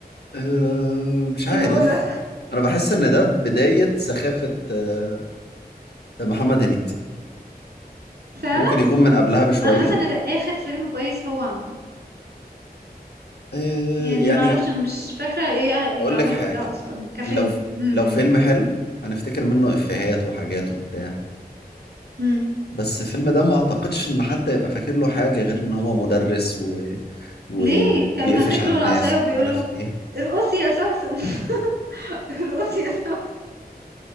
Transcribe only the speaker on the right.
ايوه هو ده
فعلا
انا حاسه ان ده اخر فيلم كويس هو عمله
يعني
ما اعرفش انا مش فاكره ايه اللي
عمله
قبلها اصلا كفيلم
امم
امم
ليه كان ماسك
له
العصايه
وبيقول
له
ارقصي يا سوسن <laughs> ارقصي يا سوسن